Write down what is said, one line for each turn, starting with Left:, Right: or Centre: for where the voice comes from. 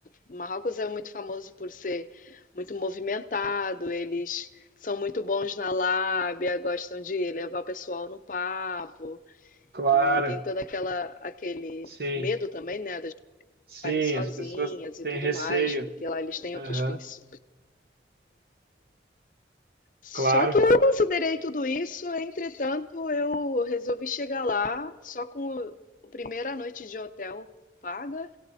Left: Marrocos é muito famoso por ser muito movimentado, eles são muito bons na lábia, gostam de levar o pessoal no papo
Right: claro.
Left: e tem toda aquela aquele
Right: Sim,
Left: medo também, né, das pessoas
Right: sim,
Left: ficarem sozinhas
Right: as pessoas
Left: e
Right: têm
Left: tudo
Right: receio.
Left: mais, porque lá eles têm
Right: Aham,
Left: outros princípios, só
Right: claro.
Left: que eu considerei tudo isso, entretanto, eu resolvi chegar lá só com o- a primeira noite de hotel paga,